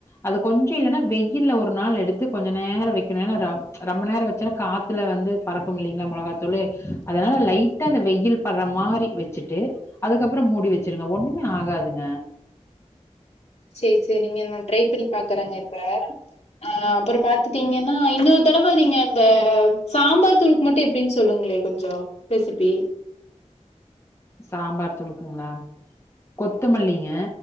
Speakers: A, on the left; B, on the left.
A: அது கொஞ்சு இல்லன்னா வெயில்ல ஒரு நாள் எடுத்து கொஞ்ச நேர வெக்கணு ஏனா ரம் ரொம்ப நேர வச்சா காத்துல வந்து பறக்கும் இல்லைங்ளா மொளகாத்தூளு அதனால லைட்டா அந்த வெயில் பர்ற மாரி வெச்சிட்டு அதுக்கப்றம் மூடி வெச்சிருங்க ஒண்ணுமே ஆகாதுங்க
B: <inaudible> சேர் செரிங்க நான் ட்ரை பண்ணி பாக்குறங்க இப்ப அ அப்றோ பாத்துட்டீங்கன்னா இன்னூத் த்தடவ நீங்க இந்த சாம்பார் தூளுக்கு மட்டு எப்டின் சொல்லுங்ளே கொஞ்சோ ரெசிபி
A: சாம்பார் தூளுக்குங்ளா கொத்தமல்லிய